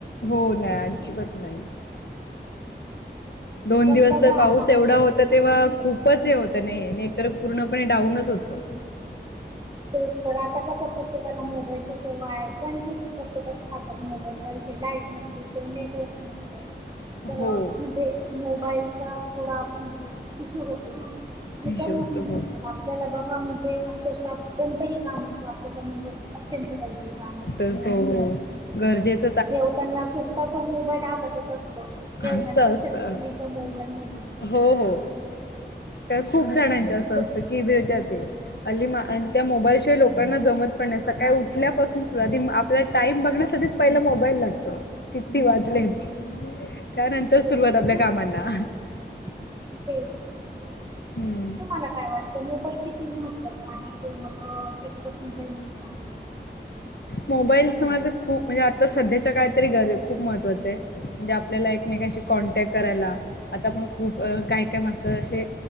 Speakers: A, on the left (about 65°); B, on the right (about 20°).
A: हो नाही अजिबात नाही. दोन
B: पण
A: दिवस
B: बघा
A: तर पाऊस
B: अ,
A: एवढा होता
B: हो
A: तेव्हा खूप पच हे होतं नाही नेट पूर्णपणे डाऊनच होतं.
B: तेच तर आता कसं प्रत्येकाला मोबाईलचं सवय आहेत. कंटिन्यू प्रत्येकाच्या हातात मोबाईल पाहिजे, लाईट नसली किंवा नेटवर्क नसलं. तर
A: हो
B: म्हणजे मोबाईलचा थोडा म्हणजे इशू होतो ना. आणि
A: हिशोब
B: करमत नाही,
A: तर हो
B: आपल्याला आपल्याला बघा, म्हणजे अक्षरशः कोणतही काम असो आपल्याला मोबाईल अत्यंत गरजेचा आहे.
A: हो हो. गरजेचं
B: जेवताना सुद्धा तो मोबाईल हातातच असतो, जेवणात
A: असतं
B: लक्ष
A: असतं
B: कमी तर मोबाईल म
A: हो हो खूप जणांच असं
B: तर
A: असतं की <unintelligible> अली मा अन त्या मोबाईल शिवाय लोकांना जमत पण नाही सकाळी उठ ठल्यापासून सुद्धा आपला टाइम बघण्यासाठी पहिला मोबाईल लागतो किती वाजलेत? त्यानंतर
B: तेच
A: सुरुवात
B: तर
A: आपल्या
B: तुम
A: कामांना.
B: हम्म तेच तर
A: हम्म <unintelligible>
B: तुम्हाला काय वाटतं? मोबाईल किती महत्त्वाचा आहे किंवा, मग त्याच्यापासून काही नुकसान. <inaudible>
A: मोबाईल समज खूप म्हणजे, आता सध्याच्या काळात तरी ग खूप महत्त्वाचा आहे. म्हणजे आपल्याला एकमेकांशी कॉन्टॅक्ट करायला, आता आपण खूप काय
B: हो
A: काय माणस अशे